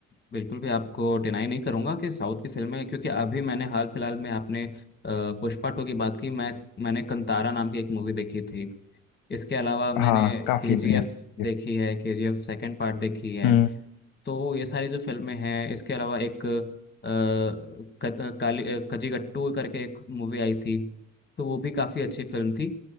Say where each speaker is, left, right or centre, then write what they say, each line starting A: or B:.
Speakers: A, on the left (about 25°); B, on the left (about 60°).
A: बिल्कुल भी आपको डिनाई नहीं करूंगा कि साउथ की फिल्में क्योंकि अभी मैंने हाल फिलहाल में आपने अ, पुष्पा टू की बात की मैं मैंने कंतारा नाम की एक मूवी देखी थी इसके अलावा मैंने
B: हाँ काफी
A: केजीएफ
B: बढ़िया थी
A: देखी है केजीएफ सेकंड पार्ट देखी है
B: हम्म
A: तो ये सारी जो फिल्में हैं इसके अलावा एक अ, क- काली अ, कजिगट्टू करके एक मूवी आई थी तो वो भी काफ़ी अच्छी फिल्म थी